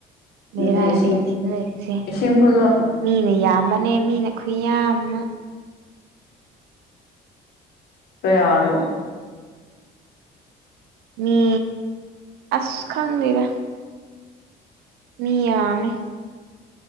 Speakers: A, on the left (about 65°); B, on the right (about 75°).
A: ꯑꯗꯨꯗꯤ
B: ꯕꯦꯔꯥꯅꯤ
A: ꯏꯁꯤꯡ
B: ꯁꯤꯅ ꯂꯩꯁꯦ
A: ꯏꯁꯤꯡ ꯐꯨꯜꯂꯣ
B: ꯃꯤꯅ ꯌꯥꯝꯃ ꯅꯦꯃꯤꯅ ꯈꯨꯌꯥꯃ
A: ꯀꯌꯥꯔꯣ
B: ꯃꯤ ꯑꯁ ꯈꯥꯟ ꯂꯩꯔ ꯃꯤ ꯌꯥꯃꯦ